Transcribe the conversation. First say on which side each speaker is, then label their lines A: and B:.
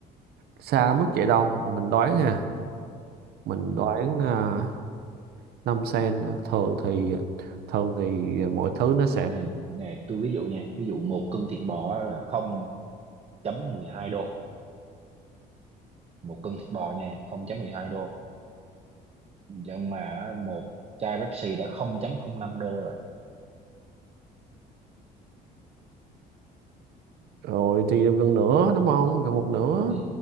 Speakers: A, on the right; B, on the right.
A: xa mức vậy đâu mà mình đoán ha mình
B: ừ.
A: đoán à, 5 sen à, thường thì thường thì mọi thứ nó sẽ
B: Đây là nè tôi ví dụ nha ví dụ một cân thịt bò là không chấm mười hai đô một cân thịt bò nha không chấm mười hai đô nhưng mà á, một chai Pepsi đã không chấm không năm đô rồi
A: rồi thì gần nửa đúng không gần một nửa
B: ừ.